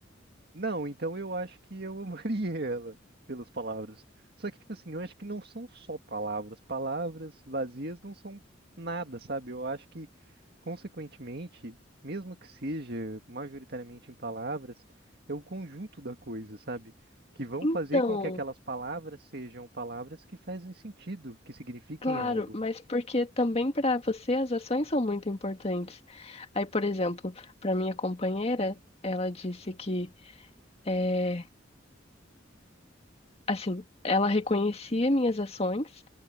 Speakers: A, on the right (about 55°); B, on the left (about 35°).
A: Não, então eu acho que eu amaria <laughs> ela pelas palavras. Só que, tipo assim, eu acho que não são só palavras. Palavras vazias não são nada, sabe? Eu acho que Consequentemente, mesmo que seja majoritariamente em palavras, é o conjunto da coisa, sabe? Que vão
B: Então,
A: fazer com que aquelas palavras sejam palavras que fazem sentido, que signifiquem
B: claro,
A: algo.
B: mas porque também para você as ações são muito importantes. Aí, por exemplo, para minha companheira, ela disse que eh, assim, ela reconhecia minhas ações,